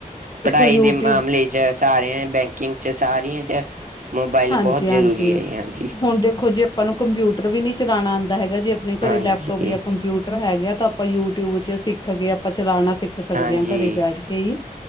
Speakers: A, on the right (about 65°); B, on the left (about 30°).
A: ਪੜ੍ਹਾਈ
B: ਯੂਟਿਊਬ
A: ਦੇ ਮਾਮਲੇ 'ਚ ਸਾਰਿਆਂ ਬੈਂਕਿੰਗ 'ਚ ਸਾਰੀਆਂ 'ਚ ਮੋਬਾਇਲ
B: ਹਾਂਜੀ-ਹਾਂਜੀ
A: ਬੋਤ ਜ਼ਰੂਰੀ ਐ ਜੀ ਹਾਂਜੀ।
B: ਹੁਣ ਦੇਖੋ ਜੇ ਆਪਾਂ ਨੂੰ ਕੰਪਿਊਟਰ ਵੀ ਨੀ ਚਲਾਣਾ ਆਂਦਾ ਹੈਗਾ, ਜੇ ਆਪਣੇ
A: ਹਾਂਜੀ
B: ਘਰੇ ਲੈਪਟੋਪ
A: ਹਾਂਜੀ
B: ਜਾਂ ਕੰਪਿਊਟਰ ਹੈਗੇ ਆ ਤਾਂ ਆਪਾਂ ਯੂਟਿਊਬ ਚ ਸਿੱਖ ਕੇ ਆਪਾਂ ਚਲਾਣਾ ਸਿੱਖ ਸਕਦੇ
A: ਹਾਂਜੀ
B: ਹਾਂ ਘਰੇ ਬੈਠ ਕੇ ਈ